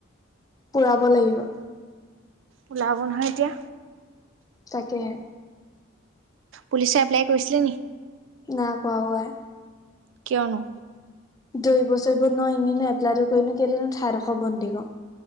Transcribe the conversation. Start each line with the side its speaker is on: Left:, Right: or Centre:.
Left: পুৰাব লাগিব।
Right: ওলাব নহয় এতিয়া।
Left: তাকেহে।
Right: পুলিচৰ এপ্লাই কৰিছিলি নি।
Left: না কৱাও আয়।
Right: কিয়নো?
Left: দৈব চৈব ন এনি নো এপলাইটো কৰিনো কেলেনো ঠাৰোদোখ বন্দী কওঁ।